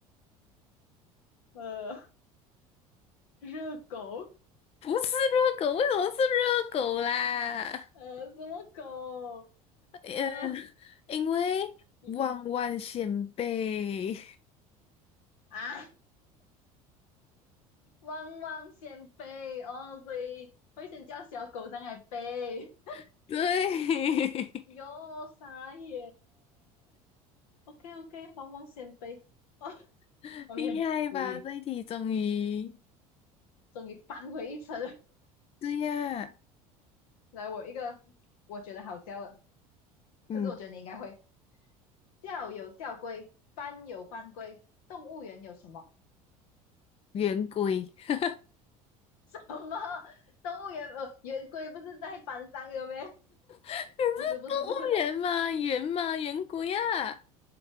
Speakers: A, on the left; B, on the left.
A: 呃，热狗，
B: 不是热狗，为什么是热狗啦？
A: 呃，什么狗？
B: 呃，
A: 呃，
B: 因为万万先辈，
A: 一啊，汪汪先背哦，所以会先叫小狗上来背，
B: <laughs> 对，
A: 哟，傻眼，OK OK，汪汪先背，哦
B: <laughs>
A: ，OK，
B: 厉害吧？
A: 无语，
B: 这一题终于，
A: 终于扳回一城。
B: 对呀，
A: 来，我一个我觉得好笑的，
B: 嗯，
A: 可是我觉得你应该会。校有校规，班有班规，动物园有什么？
B: 圆规，<laughs> 你
A: <laughs> 什么？动物园呃，园规不是在班上有没？
B: 是动物园吗？
A: 不是，不是，不是，
B: 圆吗？圆规啊？